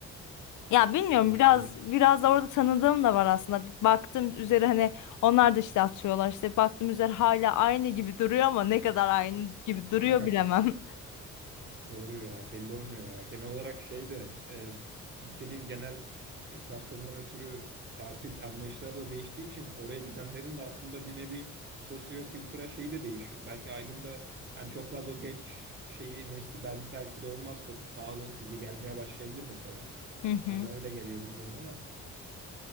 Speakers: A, on the left (about 80°); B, on the right (about 35°).
A: Ya bilmiyorum
B: yani
A: biraz biraz da orada tanıdığım da var aslında. Baktım üzeri hani onlar da işte atıyorlar işte baktım üzeri hala aynı gibi duruyor ama ne kadar aynı gibi duruyor
B: <laughs>
A: bilemem.
B: doğru ya belli olmuyor ya. Genel olarak şey de e, ülkenin genel enflasyondan ötürü tatil anlayışları da değiştiği için oraya gidenlerin de aslında bir nevi sosyo-kültürel şeyi de değişiyor. Belki Aydın'da hani çok fazla o genç şeyi nesli ben belki de olmaz çok pahalı ki gelmeye başlayabilir mesela.
A: <laughs> Hı hı.
B: Bana öyle geliyor bilmiyorum ama.